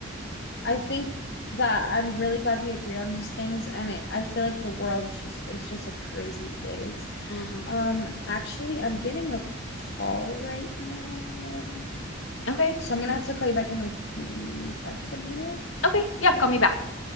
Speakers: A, on the left; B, on the left.
A: I think that I'm really glad we agree on these things, and it, I feel like the world is just it's just a crazy place.
B: Mhm.
A: Um, actually, I'm getting a call right now,
B: Okay.
A: so I'm gonna have to call you back in like maybe five, ten minutes.
B: Okay. Yeah,
A: Is that
B: call
A: fine?
B: me back.